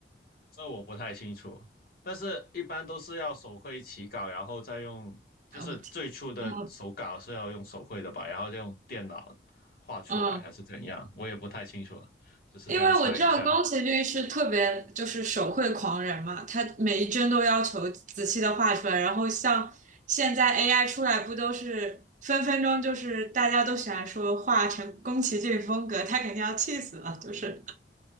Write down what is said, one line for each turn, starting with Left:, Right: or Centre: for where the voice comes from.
Left: 这我不太清楚，但是一般都是要手绘起稿，然后再用，就是最初的手稿是要用手绘的吧，
Right: 哎，我天，嗯
Left: 然后再用电脑画出来，
Right: 嗯，
Left: 还是怎样？我也不太清楚了，只是这样猜一下。
Right: 因为我知道宫崎骏是特别就是手绘狂人嘛，他每一帧都要求仔细的画出来。然后像现在 AI 出来，不都是分分钟就是大家都喜欢说画成宫崎骏风格，他肯定要气死了，就是